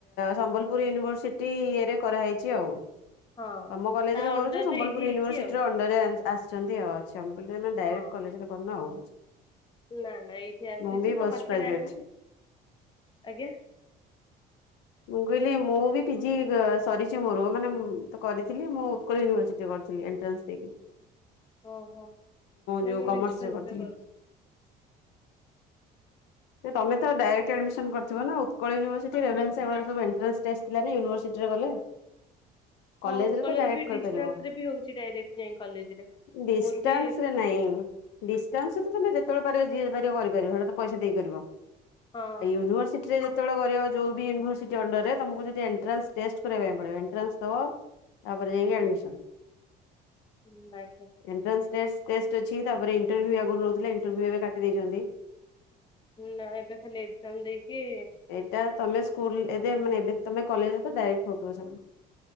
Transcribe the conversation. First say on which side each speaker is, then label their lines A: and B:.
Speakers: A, on the left; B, on the left.
A: ସମ୍ବଲପୁର ୟୁନିଭରସିଟି ଇଏ ରେ କରାହେଇଚି ଆଉ।
B: ହଁ
A: ତମ କଲେଜରେ
B: ତା
A: କରୁଚ
B: ଅଣ୍ଡର
A: ସମ୍ବଲପୁର
B: ରେ ଏଇଠି ହେଇଛି
A: ୟୁନିଭରସିଟି
B: ଆଉ
A: ର ଅ ଅଣ୍ଡର ରେ ଆସିଛନ୍ତି ଆଉ। ଆଚ୍ଛା ମୁଁ କହିଲି ତମେ ଡାଇରେକ୍ଟ
B: ହଁ।
A: କଲେଜରେ କରିନ ଆଉ।
B: ନା ନା ଏଇଠି ଆସିଚି
A: ମୁଁ ବି ପୋଷ୍ଟ
B: ତ ପାଖରେ
A: ଗ୍ରାଜୁଏଟ।
B: ଆସିଚି। ଆଜ୍ଞା।
A: ମୁଁ କହିଲି ମୁଁ ବି ପିଜି ସରିଚି ମୋର। ମାନେ ମୁଁ ତ କରିଥିଲି ମୁଁ ଉତ୍କଳ ୟୁନିଭରସିଟି ରେ କରିଥିଲି ଏନ୍ଟ୍ରାନ୍ସ ଦେଇକି।
B: ଓହୋ। ନାଇ
A: ଯୋଉ
B: ମୁଁ
A: କମର୍ସରେ
B: ଡିଷ୍ଟାନ୍ସ
A: କରିଥିଲି।
B: ରେ କରୁଚି।
A: ଯେ ତମେ ତ ଡାରେକ୍ଟ ଆଡମିସନ କରିିଥିବ ନା। ଉତ୍କଳ ୟୁନିଭର୍ସିଟି ରେଭେନ୍ସା ଏଗୁଡାକ ସବୁ ଏନ୍ଟ୍ରାନ୍ସ ଥିଲା ୟୁନିଭର୍ସିଟିରେ କଲେ।
B: ହଁ
A: କଲେଜରେ
B: ଉତ୍କଳରେ
A: ତ ଡାଇରେକ୍ଟ
B: ବି
A: କରିପାରିବ
B: ଡିଷ୍ଟାନ୍ସ ରେ ବି ହଉଚି ଡାଇରେକ୍ଟ ଯାଇ କଲେଜରେ।
A: ଡିଷ୍ଟାନ୍ସରେ
B: ମୋର ବି
A: ନାଇଁ ଡିଷ୍ଟାନ୍ସ ରେ ତମେ ଯେତେବେଳେ ପାରିବ ଯିଏ ପାରିବ କରିପାରିବ। ସେଇଟା ତ ପଇସା ଦେଇ କରିବ।
B: ହଁ ହଁ
A: ୟୁନିଭର୍ସିଟିରେ ଯେତବେଳେ କରିବ ଯୋଉ ବି ଉନିଭର୍ସିଟି ଉଣ୍ଡର ରେ ତମକୁ ଯଦି ଏଣ୍ଟରାନ୍ସ ଟେଷ୍ଟ କରିବା ପାଇଁ ପଡିବ ଏଣ୍ଟ୍ରରାସ ଦବ ତାପରେ ଯାଇଙ୍କି ଆଡ଼ମିସନ୍।
B: ହୁଁ <unintelligible>
A: ଏଣ୍ଟରାନ୍ସ ଟେଷ୍ଟ ଟେଷ୍ଟ ଅଛି ତାପରେ ଇଣ୍ଟରୁଭ ଆଗରୁ ନେଉଥିଲେ ଇଣ୍ଟରୁବ ଏବେ କାଟି ଦେଇଛନ୍ତି।
B: ନା ଏବେ ଖାଲି ଏକ୍ଜାମ ଦେଇକି
A: ଏଇଟା ତମେ ସ୍କୁଲ ଏବେ
B: କଲେଜ
A: ମାନେ ଏବେ ତମେ କଲେଜ ତ ଡାଇରେକ୍ଟ ହଉଥିବ ସବୁ।